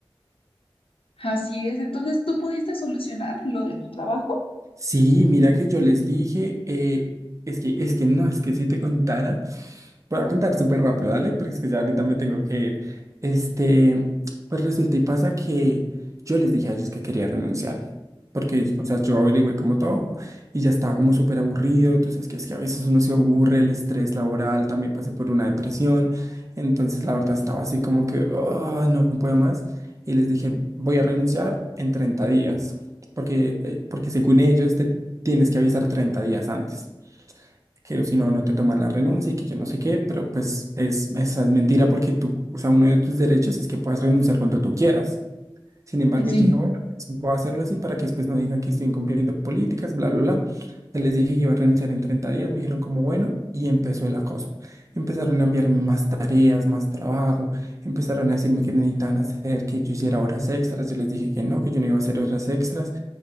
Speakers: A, on the left; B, on the right.
A: Así es, entonces tú pudiste solucionar lo de tu trabajo.
B: Sí, mira que yo les dije, eh, es que, es que no, es que si te contara. Voy a contar súper rápido, dale, porque es que ya ahorita me tengo que ir. Este, pues resulta y pasa que yo les dije a ellos que quería renunciar, porque, o sea, yo averigüé como todo y ya estaba como súper aburrido, tú sabes que es que a veces uno se aburre, el estrés laboral, también pasé por una depresión, entonces la verdad estaba así como que, "Ah, no puedo más, y les dije, voy a renunciar en 30 días, porque, eh, porque según ellos te tienes que avisar 30 días antes que si no, no te toman la renuncia y que yo no sé qué, pero pues es, esa es mentira porque tú, o sea, uno de tus derechos es que puedas renunciar cuando tú quieras. Sin embargo,
A: Sí, sí.
B: yo dije, bueno, pues voy a hacerlo así para que después no digan que estoy incumpliendo políticas, bla, bla, bla. Entonces les dije que iba a renunciar en 30 días, me dijeron como bueno, y empezó el acoso. Empezaron a enviarme más tareas, más trabajo, empezaron a decirme que necesitaban hacer, que yo hiciera horas extras. Yo les dije que no, que yo no iba a hacer horas extras